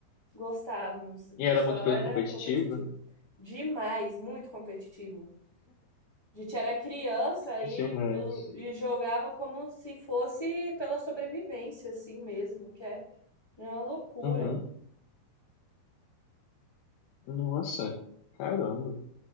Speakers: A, on the left; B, on the left.
A: Gostávamos. O pessoal
B: E era muito
A: era
B: competitivo,
A: competitivo. Demais, muito competitivo. A gente era criança e,
B: demais.
A: e jogava como se fosse pela sobrevivência, assim mesmo, que é uma loucura.
B: Uhum. Nossa, caramba.